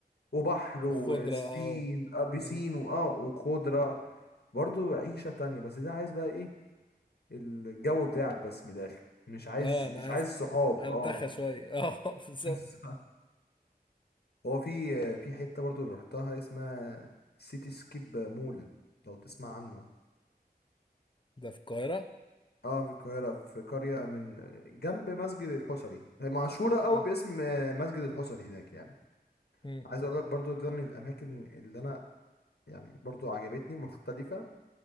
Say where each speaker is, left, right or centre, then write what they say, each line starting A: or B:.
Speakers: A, on the left (about 80°); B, on the left (about 30°).
A: وبحر وسبين
B: وخضره اه و...
A: آه، بيسين
B: مم.
A: واه وخضرة برضو عيشة تانية بس ده عايز بقى ايه الجو بتاعك بس من الاخر مش عايز
B: اه انا
A: مش
B: عايز
A: عايز بالظبط صحاب
B: انتخى
A: اه
B: شويه اه <laughs> بالظبط
A: بالظبط هو في في حته برضو رحتها اسمها سيتي سكيب مول لو تسمع عنه
B: ده في القاهره
A: اه في القاهره في قريه من جنب مسجد الحصري هي مشهوره قوي
B: مم.
A: باسم مسجد الحصري هناك يعني
B: مم.
A: عايز اقول لك برضو ده من الاماكن اللي انا يعني برضو عجبتني مختلفه